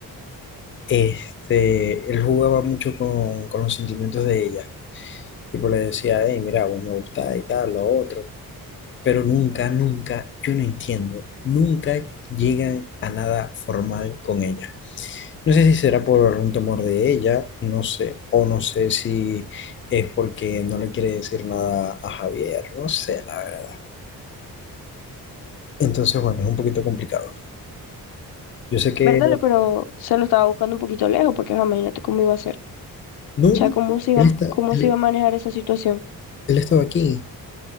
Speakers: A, on the left (about 30°); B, on the left (about 85°).
A: este, él jugaba mucho con, con los sentimientos de ella. Tipo, le decía, hey, mira, vos me gusta y tal, lo otro. Pero nunca, nunca, yo no entiendo, nunca llegan a nada formal con ella. No sé si será por un temor de ella, no sé, o no sé si es porque no le quiere decir nada a Javier, no sé, la verdad. Entonces, bueno, es un poquito complicado. Yo sé que,
B: Verdad, pero se lo estaba buscando un poquito lejos porque ajá, imagínate cómo iba a ser.
A: no,
B: O
A: no,
B: sea, cómo se iba,
A: él está,
B: cómo
A: él,
B: se iba a manejar esa situación.
A: él estaba aquí,